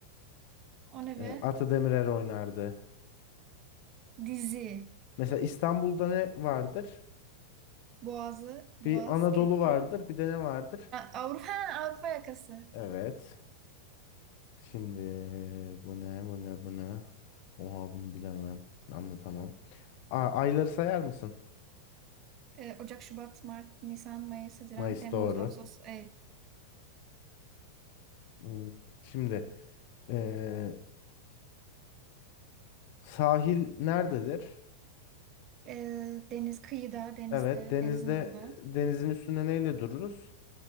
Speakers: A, on the right; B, on the left.
A: o ne
B: Ee,
A: be?
B: Ata Demirer oynardı.
A: Dizi.
B: Mesela İstanbul'da ne vardır?
A: Boğazı, Boğaz,
B: Bir Anadolu
A: Köprü,
B: vardır, bir de ne vardır?
A: Avrupa, Avrupa yakası.
B: Evet. Şimdi bu ne bu ne bu ne? Oha bunu bilemem. Anlatamam. A- ayları sayar mısın?
A: Ee, Ocak, Şubat, Mart, Nisan, Mayıs, Haziran,
B: Mayıs
A: Temmuz,
B: doğru.
A: Ağustos, Eylül.
B: Hmm, Şimdi eee, sahil nerededir?
A: Ee, deniz kıyıda, denizde,
B: Evet denizde
A: denizin orada.
B: e, denizin üstünde neyle dururuz?